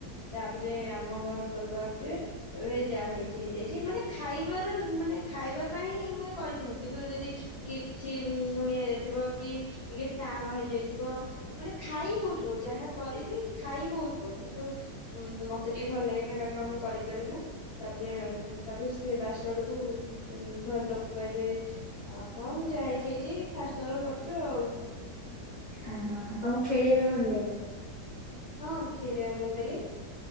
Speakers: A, on the left; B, on the right.
A: ତାପରେ ଆମ ଘର ଲୋକ ଆସିବେ କହିବେ ଯାହା ହେଇଛି ହେଇଯାଇଛି ମାନେ ଖାଇବାର ମାନେ ଖାଇବା ପାଇଁ ହିଁ ମାନେ କରିଥିବି କିନ୍ତୁ ଯଦି ଟିକେ କିଛି ଲୁଣିଆ ହୋଇଯାଇଥିବା କି ଟିକେ ଟାଣ ହେଇଯାଇଥିବ, ମାନେ ଖାଇ ହଉଥିବ ଯାହା କରିବି ଖାଇ ହଉ ଥିବ କିନ୍ତୁ ମତେ ଟିକେ ଭଲ ଲାଗେନା କାରଣ ମୁଁ କରିପାରେନା ତାପରେ ତାପରେ ସେ ଲାଷ୍ଟ ଆଡ଼କୁ ଘର ଲୋକ କହିବେ ହଁ ଯାହା ହେଇଚି ହେଇଚି ଫା ଷ୍ଟ ଥର କରୁଚୁ ଆଉ।
B: ଓହୋ ତମକୁ ଖେଳିବା ପାଇଁ ଭଲ ଲାଗେ?
A: ହଁ ଖେଳିବାକୁ ଭଲ ଲାଗେ।